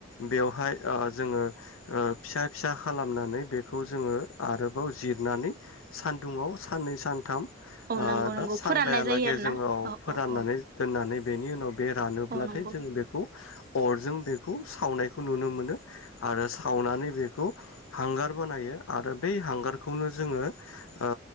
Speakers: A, on the left; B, on the right.
A: बेवहाय ओ जोङो ओ फिसा फिसा खालामनानै बेखौ जोङो आरोबाव जिरनानै सानदुंङाव साननै सानथाम
B: औ
A: आ
B: नंगौ
A: दा
B: नंगौ
A: सानबायालागै
B: फोराननाय जायो आरो
A: जोङो
B: ना औ
A: फोराननानै
B: औ औ
A: दोननानै बेनि उनाव बे रानोब्ला
B: औ
A: थाय
B: नंगौ
A: जों बेखौ अरजों बेखौ सावनायखौ नुनो मोनो आरो सावनानै बेखौ हांगार बानायो आरो बै हांगारखौनो जोङो ओ